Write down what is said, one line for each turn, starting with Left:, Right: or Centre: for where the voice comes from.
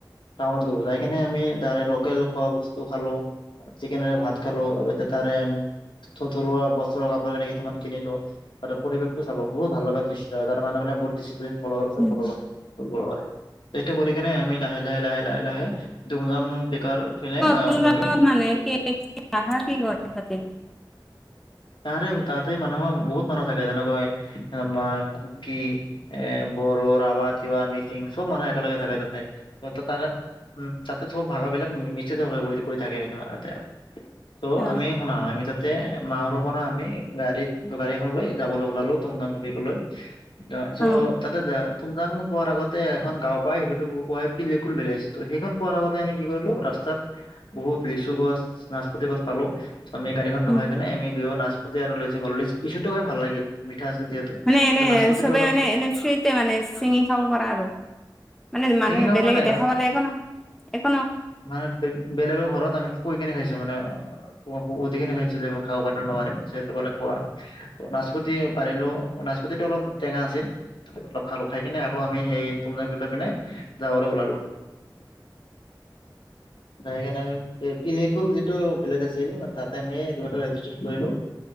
Left: টাউনত গ' ওলাই কিনে আমি তাৰে লোকেল খোৱা ব স্তু খালো চিকেনেৰে ভাত খালো অৱশ্যে তাৰে থ থলুৱা বস্ত্ৰ কাপোৰ কানি কেইটামান কিনিলো তাৰে পৰিৱেশটো চালো বহুত ভাল লগা দৃশ্য হয় তাৰ মানুহবিলাক বহুত ডিচিপ্লন ফল চব
Centre: উম
Left: ফল কৰে কৰে সেটো কৰি কিনোই আমি লাহে লাহে লাহে লাহে লাহে টুমযাং পিকাৰ পিনে
Centre: টোমযাঙত
Left: আমি
Centre: মানে কি ৰাখা কি কৰে সিহতে
Left: তাৰে তাতে মানুহৰ বহুত মানুহ থাকে যেনেকৈ মাৰ কুকি এ বড়ো ৰাভা তিৱা মিচিং চব মানুহ একেলগে থাকে তাতে ত তাৰে উম তাতে চব ভাগাবিলাক নিশ্চিত কৰি থাকে এতে ত'
Centre: অ
Left: আমি শুনা আমি তাতে মাহৰ পৰা আমি গাড়ীত গাড়ীখন লৈ যাবলৈ ওলালো টোম টাম <unintelligible> চ'
Centre: অ
Left: তাতে যা তুমজাং পোৱাৰ আগতে এখন গাওঁ পায় সেই পঢাই পিলিকুল ভিলেজ তো সেইখন পোৱাৰ আগতে আমি কি কৰিলো ৰাস্ত তাত বহুত লিচু গছ নাচপতি গছ পালো আমি গাড়ীখন ৰখাই
Centre: উম
Left: কিনে আমি দুইয়ো নাচপতি আৰু লিচু কল লিচ লিচোটো খাই ভাল লাগিল আছিল যিহেতু।
Centre: মানে
Left: কিন্তু
Centre: এনে
Left: নাচপতিটো
Centre: চবে
Left: অলপ
Centre: মানে এনে ফ্ৰীতে মানে চিঙি খাব পৰা আৰু মানে
Left: চিঙি
Centre: মানুহে
Left: খাব
Centre: বেলেগে
Left: পৰা নাই
Centre: দেখা পালে একো নহয়
Left: মানে বেলেগৰ ঘৰত আমি কই কিনে খাইছো মানে সুধি কেনে খাইছো যে মই খাব পাৰিম নে নোৱাৰিম যে তোমালোক খোৱা নাচপতি পাৰিলো নাচপতিটো অলপ টেঙা আছিল অলপ খালো খাই কিনে আকৌ আমি সেই তুমজাং বিক পিনে যাবলৈ ওলালো <unintelligible> আহি কিনে আমি পিলে কোল যিটো ভিলেজ আছিল তাতে আমি ৰেজিষ্টেট কৰিলো